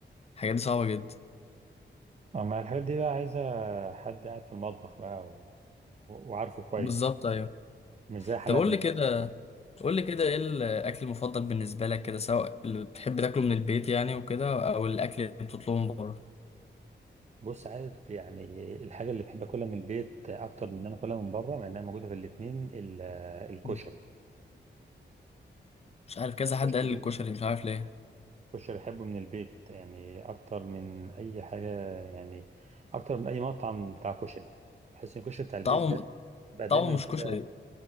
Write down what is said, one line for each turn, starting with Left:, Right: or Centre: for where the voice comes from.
Left: الحاجات دي صعبة جدا
Right: اما الحاجات دي بقى عايزه حد قاعد في المطبخ بقى و... و- وعارفه كويس
Left: بالظبط ايوه
Right: مش زي حالاتنا
Left: طب قول لي
Right: كده.
Left: كده قول لي كده ايه الاكل المفضل بالنسبة لك كده سواء اللي بتحب تاكله من البيت يعني وكده او الاكل اللي بتطلبه من بره
Right: بص عارف يعني الحاجه اللي بحب اكلها من البيت اكتر من ان انا اكلها من بره مع انها موجوده في الاتنين ال- الكشري
Left: مم. مش عارف كذا حد
Right: كشري
Left: قال لي الكشري مش عارف ليه
Right: يحبه من البيت يعني اكتر من اي حاجه يعني اكتر من اي مطعم بتاع كشري بحس ان الكشري بتاع البيت
Left: طعمه
Right: ده بقى دايما
Left: طعمه
Right: كده
Left: مش كشري